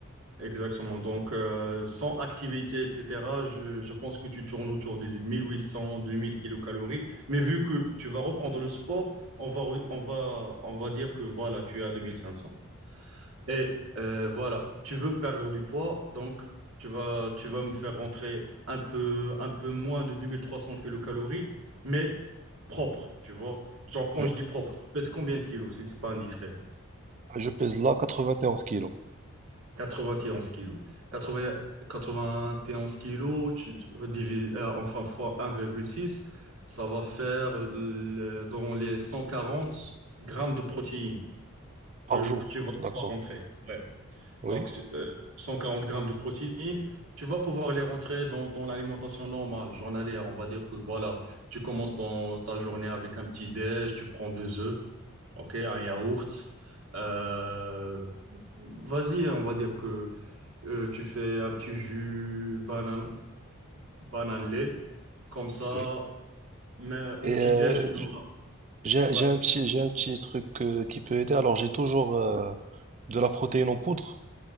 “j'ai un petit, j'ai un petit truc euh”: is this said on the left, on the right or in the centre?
Right